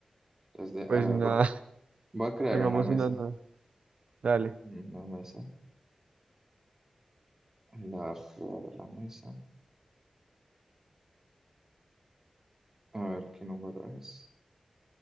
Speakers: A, on the right; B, on the right.
A: Entonces, de-
B: Pues
A: a ver,
B: nada,
A: voy,
B: <laughs>
A: voy a crear
B: hagamos
A: una mesa.
B: una nueva. Dale.
A: Una mesa. Ahí la voy a crear la mesa. A ver qué número es.